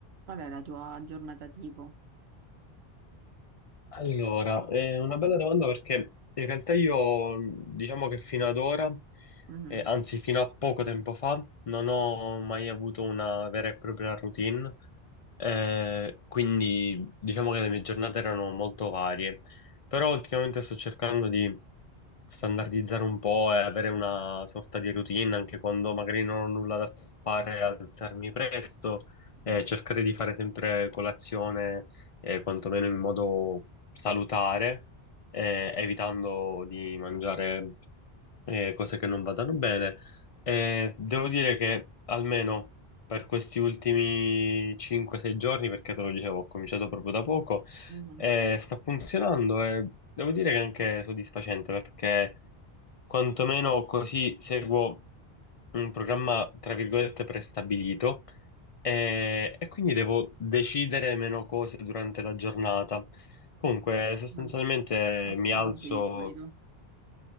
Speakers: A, on the right; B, on the left.
A: Qual è la tua giornata tipo?
B: Allora, è una bella domanda perché in realtà io mh, diciamo che fino ad ora,
A: Mhm,
B: eh, anzi fino a poco tempo fa, non ho mai avuto una vera e propria routine, eh, quindi diciamo che le mie giornate erano molto varie, però ultimamente sto cercando di standardizzare un po' e avere una sorta di routine anche quando magari non ho nulla da fare, alzarmi presto e
A: mhm,
B: cercare di fare sempre colazione eh, quantomeno in modo salutare, eh, evitando di mangiare eh, cose che non vadano bene. Eh, devo dire che almeno per questi ultimi 5-6 giorni, perché te lo dicevo, ho cominciato proprio da poco,
A: mhm,
B: eh, sta funzionando e devo dire che è anche soddisfacente perché Quantomeno così seguo un programma, tra virgolette, prestabilito e, e quindi devo decidere meno cose durante la giornata. Comunque, sostanzialmente
A: mhm. E
B: mi
A: cosa
B: alzo.
A: mangi di solito?